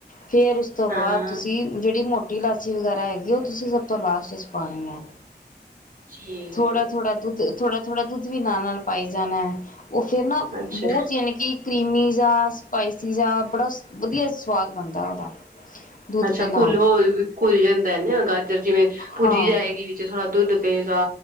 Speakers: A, on the left; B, on the right.
A: ਫੇਰ, ਤੋਂ ਬਾਅਦ
B: ਹਾਂ
A: ਤੁਸੀਂ ਜਿਹੜੀ ਮੋ ਰੋਟੀ ਲਾਸੀ ਵਗੈਰਾ ਹੈਗੀ ਉਹ ਤੁਸੀਂ ਸਭ ਤੋਂ ਲਾਸਟ ਚ ਪਾਉਣੀ ਹੈ।
B: ਠੀਕ
A: ਥੋੜ੍ਹਾ
B: ਹੈ
A: ਥੋੜ੍ਹਾ ਦੁੱਧ ਥੋੜਾ ਥੋੜ੍ਹਾ ਦੁੱਧ ਵੀ ਨਾਲ ਨਾਲ ਪਾਈ ਜਾਣਾ। ਉਹ ਫਿਰ ਨਾ
B: ਅੱਛਾ
A: ਬਹੁਤ ਯਾਨੀ ਕਿ ਕਰੀਮੀ, ਜਾ ਸਪਾਈਸੀ ਜਾ ਬੜਾ ਵਧੀਆ ਸਵਾਦ ਬਣਦਾ ਉਹਦਾ। ਦੁੱਧ
B: ਅੱਛਾ
A: ਦੇ ਨਾਲ
B: ਕੁੁੱਲ ਘੁੱਲ ਜਾਂਦਾ ਗਾਜਰ ਜਿਵੇਂ ਭੁੱਜੀ
A: ਹਾਂ
B: ਜਾਏਗੀ ਵਿੱਚ ਥੋੜ੍ਹਾ ਦੁੱਧ ਪਏਗਾ